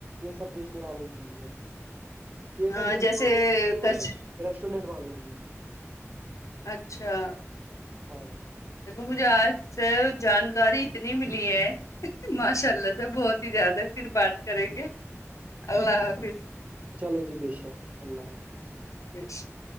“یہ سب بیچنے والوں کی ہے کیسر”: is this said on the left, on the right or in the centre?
Right